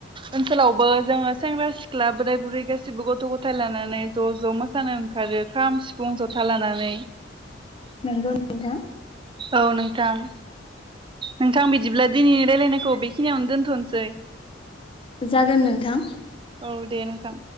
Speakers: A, on the right; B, on the left.
A: ओनसोलावबो जोङो सेंग्रा सिख्ला बोराय बुरै गासैबो गथ' गथाय लानानै ज' ज' मोसानो ओंखारो खाम सिफुं जथा लानानै।
B: नंगौ नोंथां
A: औ नोंथां। नोंथां बिदिब्ला दिनैनि रायलायनायखौ बेखिनियावनो दोनथ'नोसै।
B: जागोन नोंथां।
A: औ दे नोंथां।